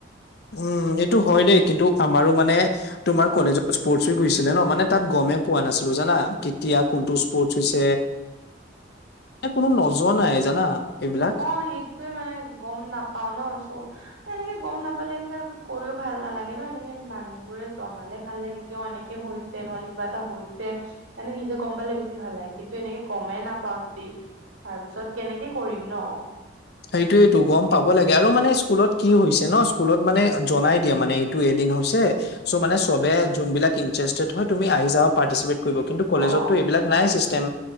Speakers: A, on the left; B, on the right.
A: উম, এইটো হয় দেই কিন্তু আমাৰো মানে তোমাৰ কলেজত স্প'ৰ্টছ উইক হৈছিলে ন' মানে তাত গমেই পোৱা নাছিলোঁ জানা কেতিয়া কোনটো স্প'ৰ্টছ হৈছে। কোনো নজনাই জানা? এইবিলাক
B: অ', সেইটোয়ে মানে গম নাপাও ন চ' এনেকে গম নাপালে এনেকা কৰিও ভাল নালাগে ন' এনেকে মানুহবোৰে জনালে ভাল লাগে। কিয় এনেকে হৈছে নহলে কিবা এটা হৈছে মানে নিজে গম পালে বেছি ভাল লাগে কিন্তু এনেকে গমেই নাপাও যদি তাৰ পিছত কেনেকে কৰিম ন'?
A: সেইটোয়েইটো গম পাব লাগে আৰু মানে স্কুলত কি হৈছে ন' স্কুলত মানে জনাই দিয়া মানে এইটো এদিন হৈছে চ' মানে চবে যোনবিলাক ইণ্টাৰেষ্টেড হয় তুমি আহি যা পাৰ্টিচিপেট কৰিব কিন্তু কলেজতটো
B: অ
A: এইবিলাক নাই চিষ্টেম।